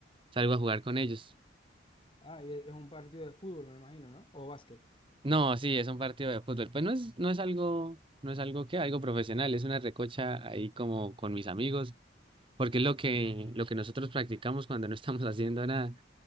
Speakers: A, on the right; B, on the left.
A: salgo a jugar con ellos.
B: Ah, y es un partido de fútbol, me imagino, ¿no? O básquet.
A: No, sí, es un partido de fútbol. Pues no es, no es algo, no es algo que, algo profesional, es una recocha ahí como con mis amigos, porque es lo que, lo que nosotros practicamos cuando no estamos <laughs> haciendo nada.